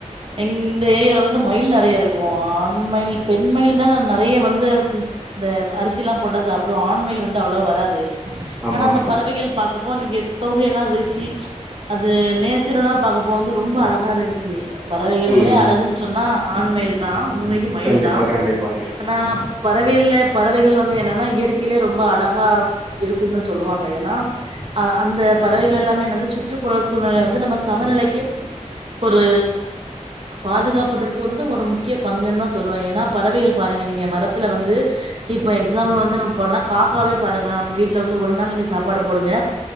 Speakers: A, on the right (about 45°); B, on the right (about 15°).
A: இந்த ஏரியால வந்து மயில் நெறைய இருக்கு ஆண் மயிலி பெண் மயில் தா நெறைய வந்து ம் இந்த அரிசிலா போட்டா சாப்டு ஆண் மயில் வந்து அவ்ளவா வராது
B: ஆமா
A: ஆனா அந்த
B: ஆமா
A: பறவைகள் பாக்கப்போ அன்னைக்கி தோகையெல்லா விரிச்சு அது நேத் ஸ்சுரல்லா பாக்கும் போது ரொம்ப அழகா இருந்துச்சி பறவைகள்லயே
B: ம்
A: அழகுன்னு சொன்னா நா ஆண் மயில் தா என்னைக்கு மயில்
B: கண்டிப்பா
A: தா
B: கண்டிப்பாங்க
A: ஆனா பறவையில்ல பறவைகள் வந்து என்னன் னா இயற்கையிலே ரொம்ப அழகா இருக்கும்னு சொல்லுவாங்க ஏன்னா அ அந்த பறவைகள் எல்லாமே என்னது சுற்றுப்புற சூழ்நிலை வந்து நம்ம சமநிலைக்கு ஒரு பாதுகாப்பதற்கு வந்து ஒரு முக்கிய பங்குன்தா சொல்லுவ ஏன்னா பறவைகள் பாருங்க நீங்க மரத்துல வந்து இப்ப எக்ஸ் எக்ஸ்சாம்பல் வந்து நம்ப இப்போன்னா காக்காவே பாருங்கள நம்ம வீட்ல வந்து ஒரு நாள் நீங்க சீ சாப்பாடு போடுங்க